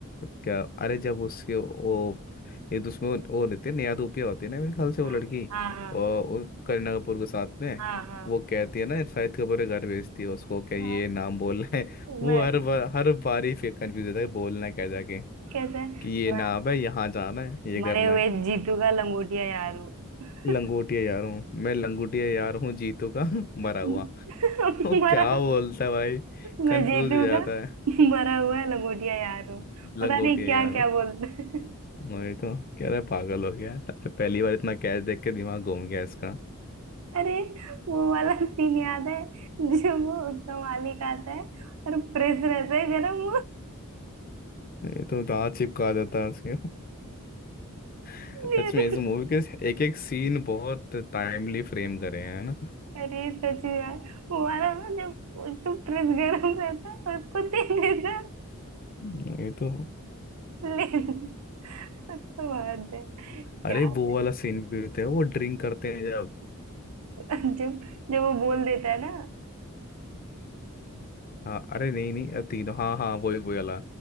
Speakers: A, on the left; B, on the right.
A: क्या अरे जब उसके वो एक दूसरे में वो रहते हैं, नेहा धूपिया होती है ना मेरे ख्याल से वो
B: हाँ
A: लड़की
B: हाँ हाँ
A: और वो करीना कपूर के साथ में
B: हाँ हाँ
A: वो कहती है ना शाहिद कपूर के घर भेजती है उसको क्या ये
B: हाँ
A: नाम बोलना है <laughs>
B: मैं
A: वो हर बार हर बार ही फिर कंफ्यूज होता है कि बोलना क्या जाके
B: कहते हैं
A: कि ये
B: मैं
A: नाम है यहाँ जाना है ये
B: मरे
A: करना
B: हुए
A: है
B: जीतू का लंगोटिया यार हूँ
A: लंगोटिया यार हूँ मैं लंगोटिया यार हूँ जीतू का <laughs> मरा हुआ
B: <laughs>
A: वो
B: मरा
A: क्या बोलता है भाई
B: मैं
A: कंफ्यूज
B: जीतू
A: हो जाता
B: का
A: है
B: मरा हुआ लंगोटिया यार हो पता
A: लंगोटिया
B: नहीं क्या
A: यार
B: क्या बोलते हैं
A: वही तो कह रहा है पागल हो गया है। अरे पहली बार इतना कैच देख के दिमाग घूम गया इसका
B: अरे वो वाला सीन याद है जो वो उसका मालिक आता है और प्रेस रहता है गरम
A: ये तो दांत चिपका देता है उसके <laughs>
B: दे
A: सच में
B: दे
A: इस मूवी के एक एक सीन बहुत टाइमली फ्रेम करे हैं है ना
B: अरे सच में यार वो वाला ना जब तो प्रेस गरम रहता है उसको दे देता है,
A: ये तो
B: ले मतलब बात है
A: अरे
B: क्या
A: वो
B: है?
A: वाला सीन भी होता है वो ड्रिंक करते हैं जब
B: जब जब वो बोल देता है ना
A: हाँ अरे नहीं नहीं अब तीनों हाँ हाँ वही वही वाला